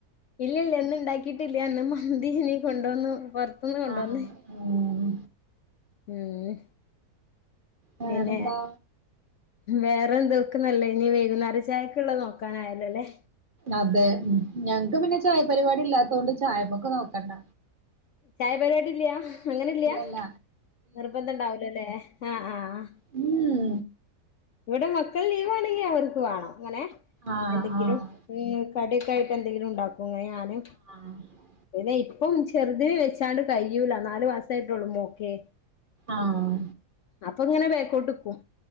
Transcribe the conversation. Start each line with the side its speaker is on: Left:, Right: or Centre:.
Left: ഇല്ലല്ല ന്ന് ഉണ്ടാക്കിട്ടില്ല ന്ന് മന്തിനി കൊണ്ടുവന്നു പൊർത്തുന്ന് കൊണ്ടുവന്ന്
Right: ആഹ് ഉം
Left: എഹ്
Right: വേറെന്താ
Left: പിന്നെ വേറന്ത്‌ ക്കന്നല്ലയ്ന് വൈകുന്നേര ചായക്ള്ള നോക്കനായല്ലോ ല്ലേ
Right: അതെ ഞങ്‌ ക്ക് പിന്നെ ചായപരിപാടില്ലാത്തൊണ്ട് ചായമ്മക്ക് നോക്കണ്ട
Left: ചായ പരിപാടി ല്ല അങ്ങനെ ല്ല്യ
Right: ഇല്ലല്ല
Left: നിർബന്ധണ്ടാവൂല ല്ലേ ആഹ് ആഹ്
Right: ഹൂ ഹ്
Left: ഇവിടെ മക്കള് ലീവണെങ്കിൽ അവർക്ക് വാണം ഇങ്ങനെ
Right: ആഹ്
Left: എന്തെങ്കിലും
Right: ആഹ്
Left: ഹേ കടിക്കായിട്ട് ന്തെങ്കിലും ഉണ്ടാക്കോ ഞാന്
Right: ആഹ്
Left: പിന്നെ ഇപ്പം ചെറുത് വെച്ചാണ്ട് കഴിയൂല നാലു മാസായിട്ടുള്ളൂ മോക്കേ
Right: ആഹ്
Left: അപ്പൊ ഇങ്ങനെ ബേക്കോട്ട്ക്കും